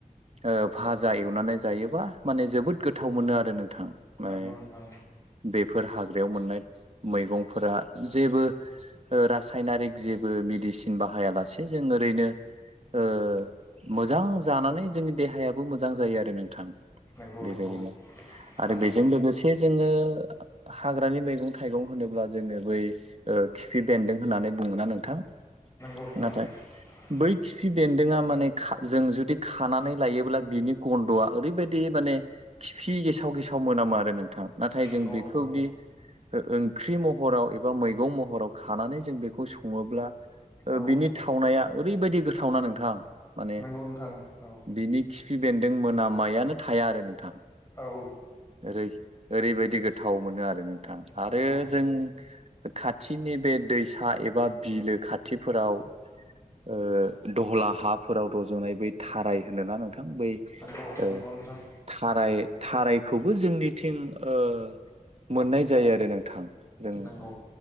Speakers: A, on the right (about 50°); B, on the left (about 20°).
A: ओ-भाजा एवनानै जायोबा माने जोबोद गोथाव मोनो आरो नोंथां। माने
B: नंगौ नोंथां
A: बेफोर हाग्रायाव मोननाय मैगंफोरा जेबो रासायनारिक जेबो मेडिसिन बाहायालासे जों ओरैनो। ओ-मोजां जानानै जोंनि देहायाबो मोजां जायो आरो नों। थां
B: नंगौ
A: बेबायदिनो
B: नंगौ थारैनो
A: आरो बेजों लोगोसे जे जोङो हाग्रानि मैगं थाइगं होनोब्ला जोङो बै ओ- खिफि बेन्दों होननानै बुङो ना नोंथां
B: नंगौ
A: नाथाय।
B: <inaudible>
A: बै खिफि बेन्दोंआ माने खा जों जुदि खानानै लायोब्ला बिनि गन्द'आ ओरैबायदि माने खिफि गेसाव गेसाव मोनामो आरो नोंथां। नाथाय
B: नंगौ
A: जों बेखौदि
B: नंगौ
A: ओ-ओंख्रि महराव एबा मै मैगं महराव खानानै जों बेखौ सङोब्ला ओ-बिनि
B: औ
A: थावनाया ओरैबायदि गोथावना नोंथां। माने
B: नोंगौ नोंथां औ
A: बिनि खिफि बेन्दों मोनामनायानो थाया आरो नोंथां।
B: औ
A: ओरै ओरैबायदि गोथाव मोनो आरो नोंथां
B: नंगौ
A: आरो
B: नंगौ
A: जों। खाथिनि बे दैसा एबा बिलो खाथिफोराव। ओ-दहला हाफोराव रज'नाय बै थाराय होनोना नोंथां बै
B: औ नंगौ
A: ओ
B: नोंथां
A: थाराय थारायखौबो जोंनिथिं ओ मोननाय जायो आरो नोंथां। जों
B: नंगौ